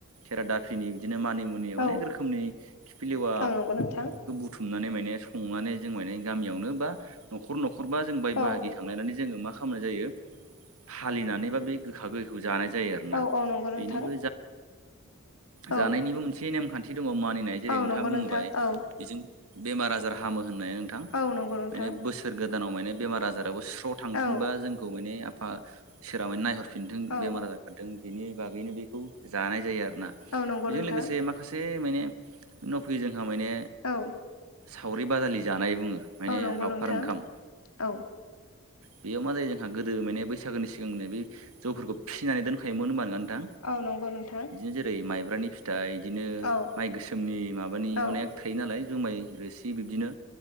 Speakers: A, on the right (about 75°); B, on the left (about 80°).
A: खेरादाफिनि दिनो मानि मुनि अनेक
B: औ
A: रोखोमनि खिफिलेवा
B: औ नंगौ नोंथां
A: बेफोरखौ बुथुमनानै माय ने संनानै जों मायने‌ गामियावनो बा नखर नखर बा जों बाय-बाहागि
B: औ
A: लायनानै जोङो मा खालामनाय जायो हालेनानै बा बे गोखा-गोखैखौ जानाय जायो आरोना
B: औ औ नंगौ नोंथां
A: बेनिबो
B: औ
A: जानायनिबो मोनसे नेमखान दि दङ मानिनाय जेरै
B: औ
A: नोंथाङा
B: नंगौ
A: बुंबाय
B: नोंथां औ
A: बेजों बेमार आजार हामो होननाय नोंथां।
B: औ नंगौ नोंथां
A: माने बोसोर गोदानाव माने बेमार आजाराबो स्र' थांथोंबा
B: औ
A: जोंखौ माने बा सोराङैनो नायहरफिनथों
B: औ
A: बेमार आजार खारथों बेनि बागैनो बेखौ जानाय जायो आरो। ना
B: औ नंगौ
A: बेजों
B: नोंथां
A: लोगोसे माखासे मायने उनाव फैयो जोंहा मायने।
B: औ
A: सावरि बादालि जानाय बुङो माने
B: औ नंगौ
A: लावखार
B: नोंथां
A: ओंखाम।
B: औ
A: बेयाव मा जायो जोंहा गोदो माने बैसागोनि सिगांनो बे जौफोरखौ फिसिनानै दोनखायोमोन होनबानो दा
B: औ नंगौ नोंथां
A: बिदिनो जेरै माइ। ब्रानि फिथाइ बिदिनो
B: औ
A: माइ गोसोमनि माबानि
B: औ
A: अनेक थायो नालाय जुमाय रोसि बिदिनो।